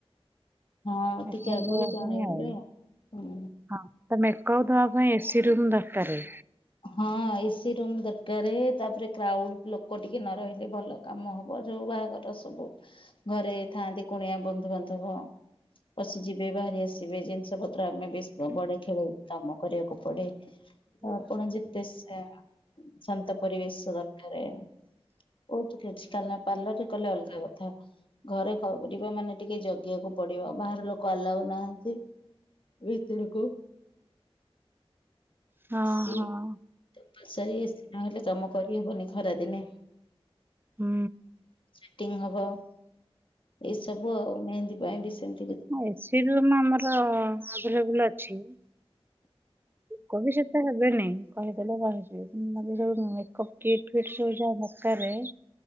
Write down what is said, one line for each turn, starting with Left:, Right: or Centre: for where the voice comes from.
Left: ହଁ,
Right: ମେକଅପ୍
Left: ଟିକେ ଆଗରୁ
Right: ଦବା
Left: ଜଣେଇବେ
Right: ପାଇଁ ଆଉ
Left: ହଁ।
Right: ହଁ ମେକଅପ୍ ଦବା ପାଇଁ ଏସି ରୁମ୍ ଦରକାର।
Left: ହଁ, ଏସି ରୁମ୍ ଦରକାର। ତାପରେ କ୍ରାଉଡ ଲୋକ ଟିକେ ନ ରହିଲେ ଭଲ। କାମ ହବ, ଯୋଉ ବାହାଘର ସବୁ ଘରେ ଥାଆନ୍ତି କୁଣିଆ ବନ୍ଧୁବାନ୍ଧବ। ପଶଯିବେ, ବାହାରି ଆସିବେ, ଜିନିଷ ପତ୍ର ଆମେ ବି ବଢେ ଖେଳେଉ। କାମ କରିବାକୁ ପଡେ।
Right: <inaudible>
Left: ଆପଣ ଯେତେ ସେ ଶାନ୍ତ ପରିବେଶ ଦରକାର। ହଉ ଟିକେ ଅଛି। କାଲିନା ପାର୍ଲର ରେ କଲେ ଅଲଗା କଥା। ଘରେ କରିବା ମାନେ ଟିକେ ଜଗିବାକୁ ପଡିବ, ବାହାର ଲୋକ ଆଲାଉ ନାହାନ୍ତି। ଭିତରୁକୁ।
Right: ହଁ।
Left: <unintelligible> ଏସି
Right: ହଁ।
Left: ନହେଲେ କାମ କରିହବନି ଖରା ଦିନେ।
Right: ହୁଁ।
Left: ଚିଟିଂ ହବ ଏଇ ସବୁ ଆଉ ମେହେନ୍ଦୀ ପାଇଁ ବି ସେମତି
Right: ଏସି ରୁମ୍ ଆମର ଆଭେଲେବୁଲ ଅଛି। <unintelligible> ସାରେ